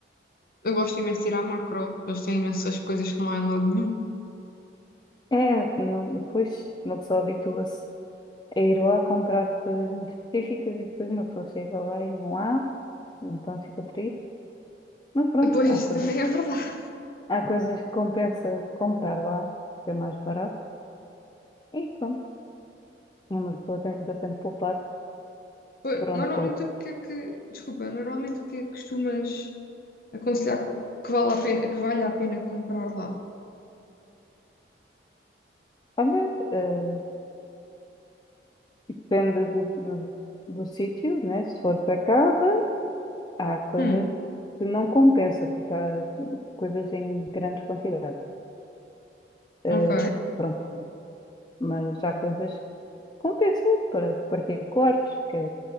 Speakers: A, on the left; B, on the left.
A: eu gosto imenso de ir à macro, eles têm imensas coisas que não há em lado nenhum.
B: É, não- depois uma pessoa habitua-se a ir lá comprar coisas muito específicas e depois uma pessoa chega lá e não há, então fica triste. Mas pronto,
A: Pois,
B: há coisas,
A: <laughs> também é verdade.
B: há coisas que compensa comprar lá, que é mais barato. E pronto, uma pessoa tenta sempre poupar
A: Pois,
B: por onde
A: Normalmente
B: pode.
A: o que é que, desculpa, normalmente o que é que costumas aconselhar co- que vale a pena, que vale a pena comprar lá?
B: Olha, eh, depende do, do- do sítio, né? Se for para casa. Há coisas
A: Hum,
B: que não compensa, porque há coisas em grandes quantidades. Eh,
A: ok,
B: pronto. Mas há coisas que compensam para particulares, que é,